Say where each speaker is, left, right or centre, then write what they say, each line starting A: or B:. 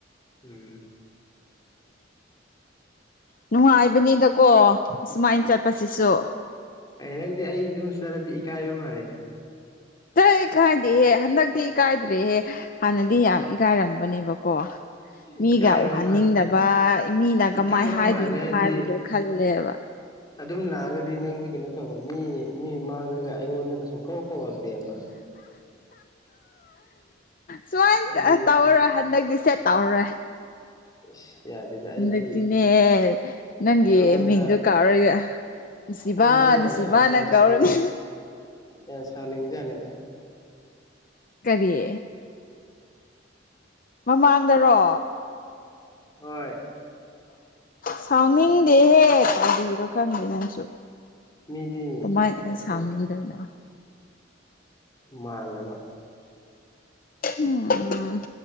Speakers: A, on the left; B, on the left.
A: ꯎꯝ
B: ꯅꯨꯡꯉꯥꯏꯕꯅꯤꯗꯀꯣ ꯁꯨꯃꯥꯏꯅ ꯆꯠꯄꯁꯤꯁꯨ
A: ꯅꯪꯗꯤ ꯑꯩ ꯑꯗꯨꯝ ꯆꯠꯔꯗꯤ ꯏꯀꯥꯏꯕ ꯃꯥꯜꯂꯦꯗ
B: ꯅ ꯀꯥꯏꯗꯦꯍꯦ ꯍꯟꯗꯛꯇꯤ ꯏꯀꯥꯏꯗ꯭ꯔꯦꯍꯦ ꯍꯥꯟꯅꯗꯤ ꯌꯥꯝ ꯏꯀꯥꯏꯔꯝꯕꯅꯦꯕꯀꯣ ꯃꯤꯒ
A: ꯏꯀꯥꯏꯕ
B: ꯎꯍꯟꯅꯤꯡꯗꯕ
A: ꯃꯥꯜ
B: ꯃꯤꯅ ꯀꯃꯥꯏꯅ
A: ꯏꯀꯥꯏꯕ
B: ꯍꯥꯏꯗꯣꯏꯅꯣ
A: ꯃꯥꯜꯂꯦ ꯍꯥꯏꯗꯤ
B: ꯍꯥꯏꯕꯗꯣ ꯈꯜꯂꯦꯕ
A: ꯑꯗꯨꯝ ꯂꯥꯛꯑꯒꯗꯤ ꯅꯪꯁꯦ ꯀꯩꯅꯣ ꯇꯧꯕ ꯃꯤ ꯃꯤꯃꯅꯒ ꯑꯩꯉꯣꯟꯗꯒ ꯁꯨꯝ ꯀꯧ ꯀꯧꯔꯛꯇꯦꯕ
B: ꯁꯨꯃꯥꯏ
A: ꯍꯥꯏꯗꯤ
B: ꯇꯧꯔꯔꯣꯏ ꯍꯟꯗꯛꯇꯤ ꯁꯦ ꯇꯧꯔꯔꯣꯏ
A: ꯏꯁ ꯌꯥꯗꯦꯗ ꯑꯩꯗꯤ
B: ꯍꯟꯗꯛꯇꯤꯅꯦ ꯅꯪꯒꯤ
A: ꯃꯔꯛ ꯃꯔꯛꯇ
B: ꯃꯤꯡꯗꯣ ꯀꯥꯎꯔꯒ ꯅꯨꯡꯁꯤꯕ
A: ꯅꯕꯨꯗꯣ ꯌꯥꯝ
B: ꯅꯨꯡꯁꯤꯕꯅ
A: ꯌꯥꯝ ꯁꯥꯎꯅꯤꯡ
B: ꯀꯧꯔꯅꯤ
A: ꯌꯥꯝ ꯁꯥꯎꯅꯤꯡꯖꯥꯅꯤꯗ
B: ꯀꯔꯤ ꯃꯃꯥꯡꯗꯔꯣ
A: ꯍꯣꯏ
B: ꯁꯥꯎꯅꯤꯡꯗꯦꯍꯦ ꯀꯥꯔꯤꯔꯣ ꯈꯪꯗꯦ ꯅꯪꯁꯨ
A: ꯃꯤꯗꯤ
B: ꯀꯃꯥꯏꯃꯤ
A: ꯀꯩꯅꯣ ꯇꯧ
B: <unintelligible>
A: ꯃꯥꯜꯂꯕ
B: ꯎꯝ